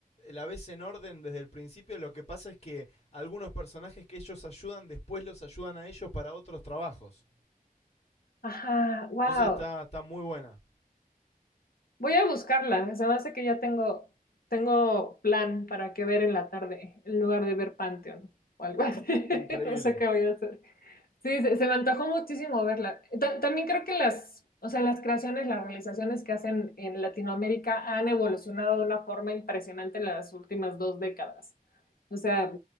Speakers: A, on the left (about 45°); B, on the left (about 85°).
A: la ves en orden desde el principio, lo que pasa es que algunos personajes que ellos ayudan, después los ayudan a ellos para otros trabajos.
B: Ajá, wow.
A: Entonces está, está muy buena.
B: Voy a buscarla. Se me hace que ya tengo, tengo plan para que ver en la tarde, en lugar de ver Pantheon o algo así. <laughs>
A: Increíble.
B: No sé qué voy a hacer. Sí, se, se me antojó muchísimo verla. Ta- también creo que las, o sea, las creaciones, las realizaciones que hacen en Latinoamérica han evolucionado de una forma impresionante en las últimas dos décadas. O sea,